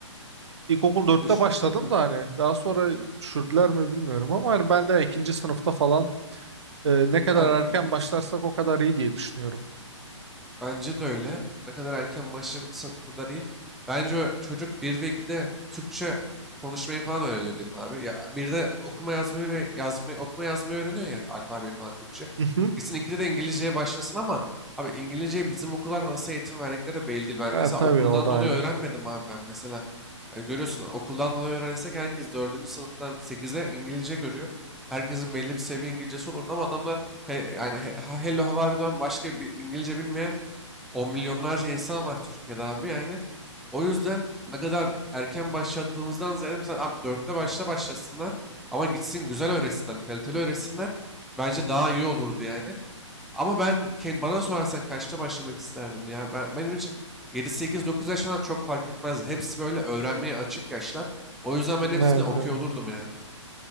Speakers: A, on the right (about 60°); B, in the centre.
A: İlkokul dörtte
B: Ne düşünüyorsun
A: başladım
B: sen?
A: da hani daha sonra düşürdüler mi bilmiyorum ama hani ben de ikinci sınıfta falan e, ne kadar
B: Abi
A: erken
B: biliyor musun?
A: başlarsak o kadar iyi diye düşünüyorum.
B: Bence de öyle. Ne kadar erken başlarsa o kadar iyi. Bence o çocuk 1 ve 2'de Türkçe konuşmayı falan öğreniyor dedim abi. Ya bir de okuma yazmayı ve yazmayı okuma yazmayı öğreniyor ya alfabeyi falan Türkçe.
A: Hı hı.
B: Gitsin 2'de de İngilizceye başlasın ama abi İngilizceyi bizim okullar nasıl eğitim verdikleri belli değil. Ben
A: Ha,
B: mesela
A: tabii
B: okuldan
A: o da
B: dolayı
A: ayrı.
B: öğrenmedim abi ben mesela. Yani görüyorsun okuldan dolayı öğrensek herkes dördüncü sınıftan sekize İngilizce görüyor. Herkesin belli bir seviye İngilizcesi olurdu ama adamlar He, yani he- ha- Hello how are you'dan başka bir İngilizce bilmeyen On milyonlarca insan var Türkiye'de abi yani. O yüzden ne kadar erken başlattığımızdan ziyade mesela abi dörtte başla başlasınlar ama gitsin güzel öğretsinler, kaliteli öğretsinler. Bence daha iyi olurdu yani. Ama ben kend- bana sorarsan kaçta başlamak isterdim ya. Ben, benim için 7-8-9 yaşından çok fark etmez. Hepsi böyle öğrenmeye açık yaşlar. O yüzden ben
A: Evet,
B: hepsini okuyor
A: evet.
B: olurdum yani.